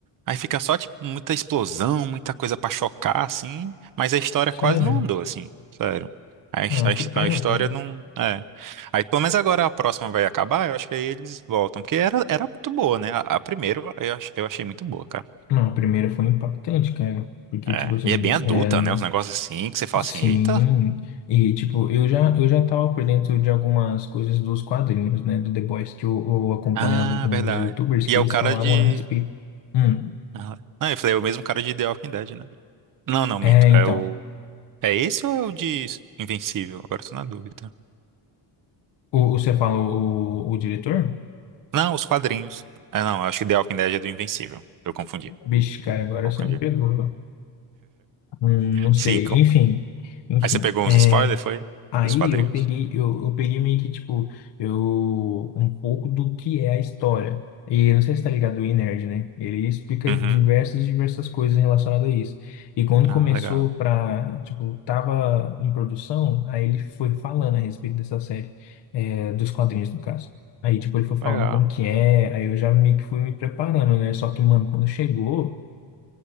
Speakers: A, on the right; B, on the left.
A: Aí fica só, tipo, muita explosão, muita coisa pra chocar, assim, mas a história
B: Sério?
A: quase não andou, assim, sério. A, his-
B: Ah,
A: a, his-
B: que pena,
A: a história
B: cara.
A: não. É. Aí, pelo menos agora a próxima vai acabar, eu acho que aí eles voltam, porque era, era muito boa, né? A, a primeira eu, ach- eu achei muito boa, cara.
B: Não, a primeira foi impactante, cara. Porque,
A: É.
B: tipo assim,
A: E é bem adulta,
B: é, n-
A: né? Os negócios assim, que você fala
B: Sim,
A: assim, eita.
B: e tipo, eu já, eu já tava por dentro de algumas coisas dos quadrinhos, né, do The Boys, que eu, eu acompanhava
A: Ah,
B: alguns
A: verdade.
B: YouTubers
A: E
B: que
A: é
B: eles
A: o cara
B: falavam
A: de.
B: a respeito. Hum,
A: Ah, não, eu falei, é o mesmo cara de The Walking Dead, né? Não, não,
B: É,
A: mito.
B: então.
A: É o. É esse ou é o de Invencível? Agora eu tô na dúvida.
B: O, o- você falou o, o diretor?
A: Não, os quadrinhos. Ah, não, acho que The Walking Dead é do Invencível. Eu confundi.
B: Vixe, cara, agora
A: Confundi.
B: você me pegou. Hum, não sei.
A: Sim, co-
B: Enfim, enfim.
A: aí você pegou
B: é,
A: uns spoilers, foi?
B: Aí
A: Dos quadrinhos?
B: eu peguei, eu, eu peguei meio que, tipo, eu, um pouco do que é a história. E não sei se tá ligado o nerd né? Ele explica
A: Uhum.
B: diversas, diversas coisas relacionadas a isso. E quando
A: Ah,
B: começou
A: legal.
B: pra, tipo, tava em produção, aí ele foi falando a respeito dessa série, é, dos quadrinhos, no caso. Aí, tipo, ele foi falando
A: Legal.
B: como que é, aí eu já meio que fui me preparando, né? Só que, mano, quando chegou,